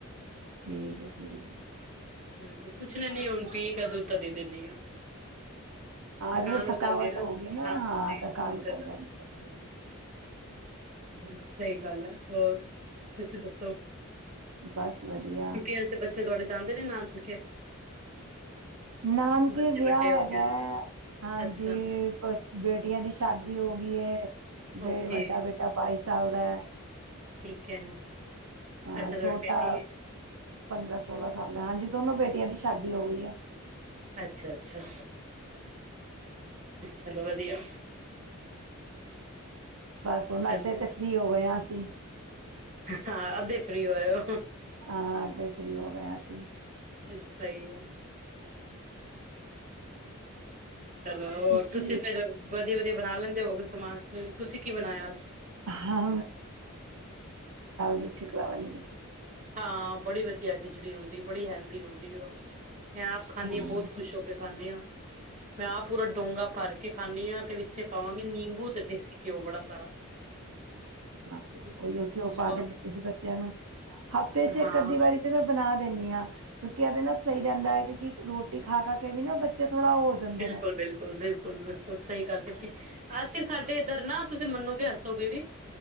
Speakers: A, on the right; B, on the right.
A: ਠੀਕ ਹੈ ਠੀਕ।
B: ਹਾਂਜੀ ਪੁੱਛਣਾ ਨੀ ਹੁਣ ਪੀ ਕਦੋਂ ਤਦ ਦੇ ਦਿਨੀਂ ਆ।
A: ਐਵੇ
B: ਥਕਾਨ ਹੋ
A: ਥਕਾਵਟ
B: ਜਾਂਦੀ
A: ਹੋਗੀ। ਨਾ
B: ਹਾਂਜੀ
A: ਹਾਂ ਆ ਤਾਂ ਥਕਾਵਟ
B: ਬਹੁਤ ਜ਼ਿਆਦਾ
A: ਹੋ ਜਾਂਦੀ ਏ।
B: ਸਹੀ ਗੱਲ ਹੈ ਹੋਰ। ਤੁਸੀਂ ਦੱਸੋ?
A: ਦੀ ਬਸ ਵਧੀਆ
B: ਛੁਟੀਆਂ 'ਚ ਬੱਚੇ ਤੁਹਾਡੇ ਜਾਂਦੇ ਨੇ ਨਾਨਕੇ।
A: ਨਾਨਕੇ
B: ਬੱਚੇ
A: ਵਿਆਹ
B: ਵੱਡੇ ਹੋ
A: ਹੈਗਾ
B: ਗਏ ਨੇ।
A: ਹਾਂਜੀ।
B: ਅੱਛਾ
A: ਬੇਟੀਆਂ ਦੀ ਸ਼ਾਦੀ ਹੋ ਗਈ ਏ। ਬੇੜ
B: ਓਕੇ
A: ਵੱਡਾ ਬੇਟਾ ਪਾਏਸ ਚੱਲਦਾ।
B: ਠੀਕ ਹੈ।
A: ਹਾਂ
B: ਅੱਛਾ ਤੁਹਾਡੀ
A: ਛੋਟਾ।
B: ਬੇਟੀ
A: ਪੰਦਰਾਂ, ਸੋਲਾਂ ਸਾਲ ਦਾ, ਹਾਂਜੀ ਦੋਨੋ ਬੇਟੀਆਂ ਦੀ ਸ਼ਾਦੀ ਹੋ ਗਈ ਹੈ।
B: ਅੱਛਾ-ਅੱਛਾ। ਚਲੋ ਵਧੀਆ।
A: ਬਸ ਹੁਣ
B: ਚਲੋ
A: ਅੱਧੇ ਤੇ ਫ੍ਰੀ ਹੋ ਗਏ ਆਂ। ਸੀ।
B: ਹਾਂ ਅੱਧੇ ਫ੍ਰੀ ਹੋਏ ਓ।
A: ਹਾਂ ਅਤੇ ਫ਼੍ਰੀ ਉਹ। ਹੋਇਆ ਸੀ।
B: ਸਹੀ ਹੈ। ਚਲੋ ਹੋਰ
A: ਕਿਉਂਕਿ
B: ਤੁਸੀਂ ਫੇਰ ਵਧੀ ਜੇ ਵਧੀਆਂ ਬਣਾ ਲੈਂਦੇ ਹੋਗੇ ਸਮਾਨ ਸਮੁਨ, ਤੁਸੀਂ ਕੀ ਬਣਾਇਆ ਅੱਜ?
A: ਹਾਂ ਨਹੀਂ ਸ਼ਕਲਾ ਵਾਲੀ ਨੇ
B: ਹਾਂ ਬੜੀ ਵਧੀਆ ਖਿਚੜੀ ਹੁੰਦੀ, ਬੜੀ ਹੈਲਦੀ ਹੁੰਦੀ, ਉਹ ਮੈਂ ਆਪ ਖਾਨੀ
A: ਹਾਂ
B: ਬਹੁਤ ਖੁਸ਼ ਹੋ ਕੇ ਖਾਂਦੇ ਆ, ਮੈਂ ਆਹ ਪੂਰਾ ਡੋਂਗਾ ਭਰ ਕੇ ਖਾਂਦੀ ਹਾਂ, ਤੇ ਵਿੱਚੇ ਪਾਵਾਂਗੀ ਨਿੰਬੂ ਤੇ ਦੇਸੀ ਘਿਓ ਬੜਾ ਸਾਰਾ
A: ਹਾਂ
B: ਹਮ,
A: ਉਹੀ ਘਿਓ
B: ਉਸ
A: ਪਾ
B: ਤੋਂ
A: ਕੇ
B: ਬਾਅਦ
A: ਦਿੱਤੇ ਸੀ ਬੱਚਿਆਂ ਨੂੰ ਹਫ਼ਤੇ ਚ ਇੱਕ
B: ਹਾਂ
A: ਅੱਧੀ ਵਾਰੀ ਤੇ ਮੈਂ ਬਣਾ ਦਿੰਦੇ ਹਾਂ, ਕਿਉਂਕਿ ਇਹਦੇ ਨਾਲ ਸਹੀ ਰਹਿੰਦਾ ਹੈ, ਕਿਉਂਕਿ ਰੋਟੀ ਖਾ-ਖਾ ਕੇ ਵੀ ਨਾ ਬੱਚੇ ਥੋੜਾ ਉਹ ਹੋ ਜਾਂਦੇ
B: ਬਿਲਕੁਲ-ਬਿਲਕੁਲ-ਬਿਲਕੁਲ-ਬਿਲਕੁਲ
A: ਨੇ।
B: ਸਹੀ ਗੱਲ ਕੀਤੀ ਅਸੀਂ ਸਾਡੇ ਇੱਧਰ ਨਾ ਤੁਸੀਂ ਮੰਨੋਗੇ ਹੱਸੋਗੇ ਵੀ